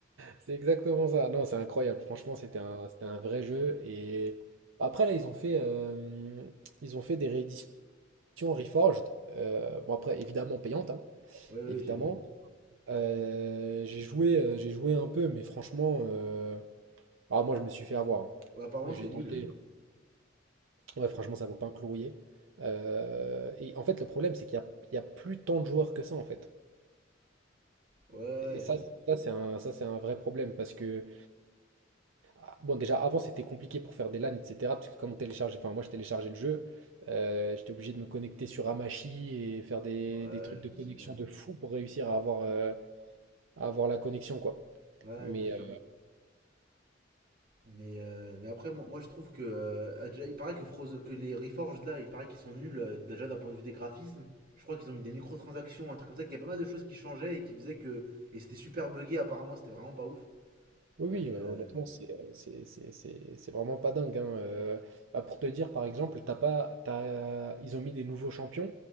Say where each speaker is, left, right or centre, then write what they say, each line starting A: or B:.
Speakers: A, on the right; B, on the right.
A: c'est exactement ça. Non, c'est incroyable, franchement, c'était un, c'était un vrai jeu. Et après, là, ils ont fait, euh, ils ont fait des rééditions. version Reforged, euh, bon après évidemment payante, hein,
B: Ouais, ouais,
A: évidemment.
B: j'ai vu.
A: Euh, j'ai joué, euh, j'ai joué un peu, mais franchement, euh, ah, moi je me suis fait avoir. hein.
B: Ouais, apparemment
A: J'ai
B: c'était nul.
A: tenté, ouais franchement ça vaut pas un clouier. Euh, et en fait le problème c'est qu'il y a, il y a plus tant de joueurs que ça en fait.
B: Ouais, ouais,
A: Et ça, ça c'est un, ça c'est un vrai problème parce que ah, bon déjà avant c'était compliqué pour faire des LAN etc. Parce que comme on télécharge, enfin moi je téléchargeais le jeu, euh, j'étais obligé de me connecter sur Amashi et faire des,
B: ouais,
A: des trucs
B: je
A: de
B: me
A: connexion
B: souviens.
A: de fou pour réussir à avoir euh, à avoir la connexion, quoi.
B: Ouais,
A: Mais
B: bien sûr.
A: euh,
B: Mais, euh, mais après, moi, moi je trouve que. euh, déjà, il paraît que, Froze- que les Reforged là, il paraît qu'ils sont nuls euh, déjà d'un point de vue des graphismes. Je crois qu'ils ont mis des microtransactions, un truc comme ça, qu'il y a pas mal de choses qui changeaient et qui faisaient que. Et c'était super buggé apparemment, c'était vraiment pas ouf.
A: oui,
B: Mais
A: oui, euh,
B: euh,
A: honnêtement, c'est euh, c'est- c'est- c'est- c'est vraiment pas dingue. hein. Euh, bah, pour te dire, par exemple, t'as pas, t'as- ils ont mis des nouveaux champions.